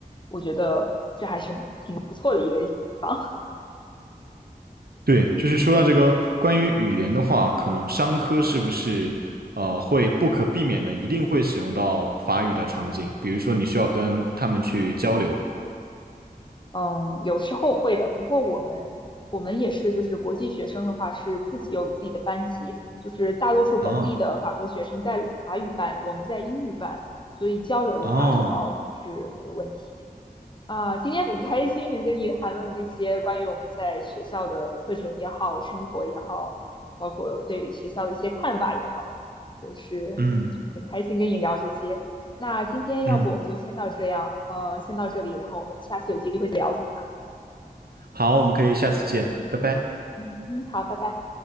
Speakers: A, on the left; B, on the right.
A: 我觉得这还是挺不错的一个地方。
B: 对，就是说到这个关于语言的话，可能商科是不是呃会不可避免的一定会使用到法语的场景，
A: <laughs> 嗯
B: 比如说你需要跟他们去交流。
A: 嗯有时候会的，不过我们我们也是，就是国际学生的话是自己有自己的班级，就是大多数本地的法国学生在法语班，
B: 哦
A: 我们在英语班，所以交流的话这倒不是很有问题。
B: 哦，
A: 啊，今天很开心能跟你谈论这些关于我们在学校的课程也好，生活也好，包括对学校的一些看法也好，就是很开心跟你聊这些。
B: 嗯
A: 那今天要不我们就先到这样，
B: 嗯，
A: 呃，先到这里，然后我们下次有机会再聊，怎么样？
B: 好，我们可以下次见，拜拜。
A: 嗯嗯，好，拜拜。